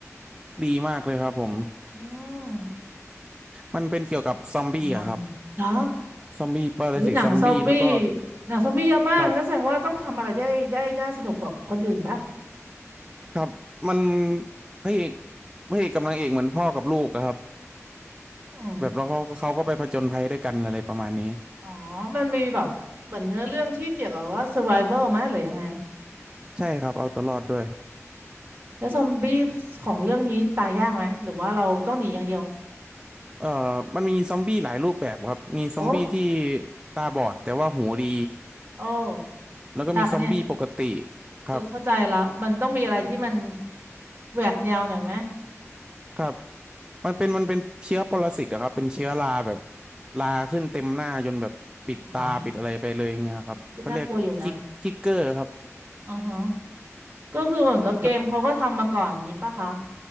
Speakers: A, on the right; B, on the right.
A: ดีมากเลยครับผม
B: อืม
A: มันเป็นเกี่ยวกับซอมบี้อะครับ
B: ประมาณนั้นเหรอ
A: ซอมบี้ปรสิตซอมบี้แล้วก็
B: อุ้ยหนังซอมบี้หนังซอมบี้เยอะมากงั้นแสดงว่าต้องทำอะไรได้ได้น่าสนุกกว่าคนอื่นปะ
A: ครับครับมันพระเอกพระเอกกับนางเอกเหมือนพ่อกับลูกอะครับ
B: อืม
A: แบบแล้วเขาเขาก็ไปผจญภัยด้วยกันอะไรประมาณนี้
B: อ๋อ มันมีแบบเหมือนเนื้อเรื่องที่เกี่ยวกับว่า survival ไหมหรือยังไง
A: ใช่ครับเอาตัวรอดด้วย
B: แล้วซอมบี้ของเรื่องนี้ตายยากไหมหรือว่าเราต้องหนีอย่างเดียว
A: เอ่อมันมีซอมบี้หลายรูปแบบครับมีซอมบี้ที่
B: โอ้
A: ตาบอดแต่ว่าหูดี
B: โอ้
A: แล้วก็มีซอมบี้ปกติ
B: ยากอะเนี่ย
A: ครับ
B: เออเข้าใจละมันต้องมีอะไรที่มันแหวกแนวหน่อยไหม
A: ครับมันเป็นมันเป็นเชื้อปรสิตอะครับ เป็นเชื้อราแบบราขึ้นเต็มหน้าจนแบบปิดตาปิดอะไรไปเลยอย่างเงี้ยครับเขาเรียกคิกคิกเกอร์ครับ
B: เหรอก็น่ากลัวอยู่นะอือฮะก็คือเหมือนกับเกมเขาก็ทำมาก่อนงี้ป่ะคะ
A: แล้ว